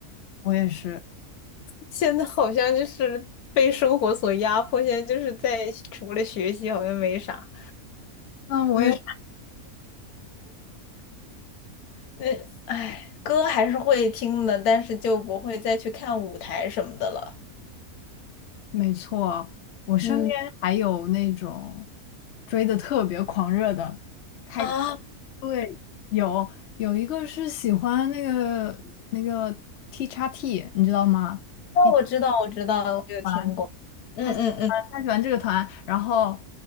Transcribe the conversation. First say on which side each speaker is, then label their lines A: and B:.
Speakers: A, on the left; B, on the left.
A: 我也是，
B: 现在好像就是被生活所压迫，现在就是在除了学习好像没啥。
A: 嗯，我也是，
B: 没有，呃，哎，歌还是会听的，但是就不会再去看舞台什么的了。
A: 没错。我身边还有那种
B: 嗯。
A: 追的特别狂热的，他
B: 啊。
A: 对有有一个是喜欢那个那个 T x T，你知道吗？B
B: 哦，
A: T
B: 我知道，
A: <laughs>
B: 我知道，我有听过。
A: 团，
B: 嗯嗯嗯，
A: 他喜欢他喜欢这个团，然后